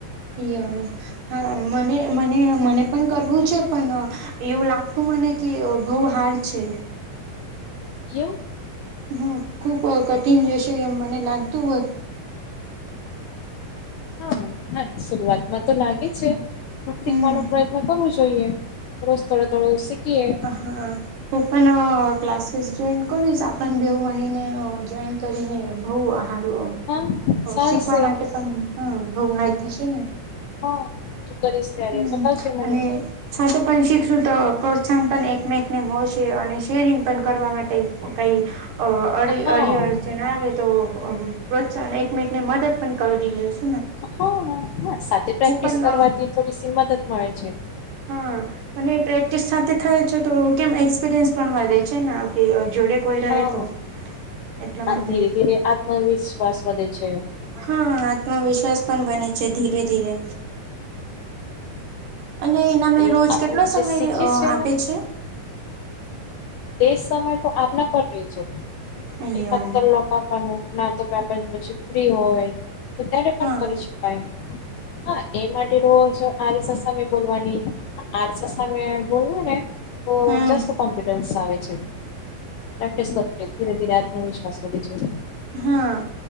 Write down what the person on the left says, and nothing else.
એવું
હા
હા હ શરૂઆતમાં તો લાગે છે. શીખવાનો
પ્રયત્ન કરવો જોઈએ. રોજ તોડે તડું શીખીએ.
હા ચાલશે
હા, તું કરીશ ત્યારે
બતાવ જે મને.?
હા
હ, હ, સાથે પ્રેક્ટિસ
કરવાથી થોડી શી મદદ મળે છે.
હા,
હા,
ધીરે-ધીરે આત્મવિશ્વાસ વધે છે.
એવું
આપણ
જે
શીખીએ
ને
તે સમય તો આપના પર રેય છે,
એકાદ ક્લાક આપ પણ ના તો કે આપ પછી ફ્રી હોય. તો ત્યારે પણ
કરી શકાય, હા એ માટે રોજ આરીશા સામે બોલવાની આરીશા સામે બોલીયે ને તો
જસ્ટ કોન કોન્ફિડન્સ આવે છે, પ્રેક્ટિસ કરવાની ધીરે ધીરે આત્મવિશ્વાસ વધે છે.